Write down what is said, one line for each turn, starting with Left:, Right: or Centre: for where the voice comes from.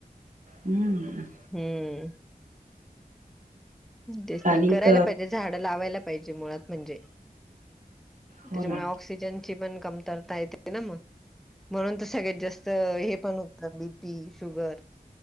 Right: हम्म
Centre: हम्म तेस ना
Right: आणि
Centre: करायला
Right: क
Centre: पाहिजे. झाड लावायला पाहिजे मुळात म्हणजे.
Right: हो
Centre: त्याच्यामुळे
Right: ना
Centre: ऑक्सिजनची पण कमतरता येते ना मग. म्हणून तर सगळ्यात जास्त हे पण होत, बी पी, शुगर